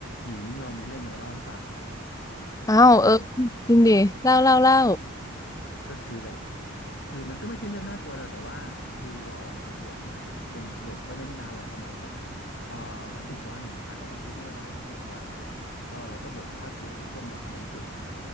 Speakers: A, on the left; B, on the left.
A: หญิงเรามีเรื่องจะมาเล่าให้ฟัง
B: อ้าวเออ
A: เออ
B: จริงดิเล่าเล่าเล่า
A: ก็คือแบบคือมันก็ไม่ใช่เรื่องน่ากลัวหรอกแต่ว่าคือเราอะไปบวชมาใช่ไหมบวชก็ไม่ได้นานหรอกประมาณสักเอ่อสิบวันอ่ะถ้าจะไปคือได้ประมาณสักสิบวันนั่นแหละก็เราก็บวชคาบเกี่ยวในช่วงแบบวันเกิดอะนะ